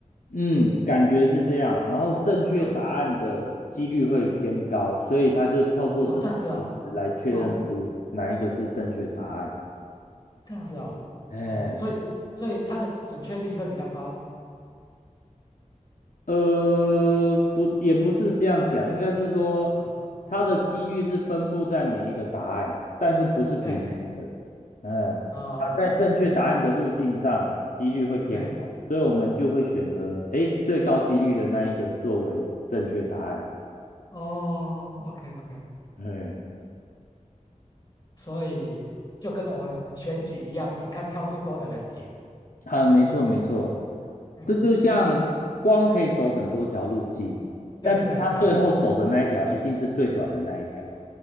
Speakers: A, on the left; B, on the left.
A: 嗯，感觉是这样。然后正确答案的几率会偏高，
B: 啊、
A: 所以他就透过这种方式来确认出哪一个是正确答案。
B: 哦，这样子哦，哦，这样子哦，
A: 哎，
B: 哦，所以所以它的准确率会比较高
A: 呃，不，也不是这样讲，应该是说
B: 啊，
A: 它的几率是分布在每一个答案，
B: 嗯，
A: 但是不是平均的。
B: 对，嗯
A: 嗯，
B: 哦，
A: 它在正确答案的路径上，
B: 嗯，
A: 几率会偏高，
B: 对。
A: 所以我们就会选择诶最高几率的那一个作为正确答案。
B: 哦，OK OK，
A: 嗯，
B: 所以就跟我们选举一样，是看票数多的人赢。
A: 啊，没错没错，
B: 嗯
A: 这就像光可以走很多条路径，
B: 嗯对对对，
A: 但是它最后走的那一条一定是最短的那一条。